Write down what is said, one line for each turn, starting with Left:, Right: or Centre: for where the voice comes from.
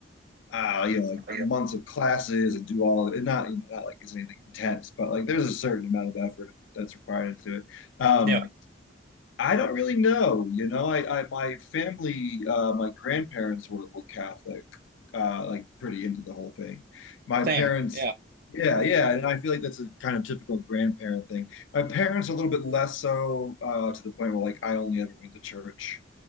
Left: uh you know like
Right: Oh, yeah.
Left: months of classes and do all of it. Not you know not like it's anything intense, but like there's a certain amount of effort that's required into it. Um,
Right: Yeah,
Left: I don't really know. You know, I, I my family, uh, my grandparents were, were Catholic, uh, like pretty into the whole thing. My
Right: same.
Left: parents,
Right: Yeah,
Left: yeah, yeah, and I feel like that's a kind of typical grandparent thing. My parents are a little bit less so, uh, to the point where like I only ever went to church,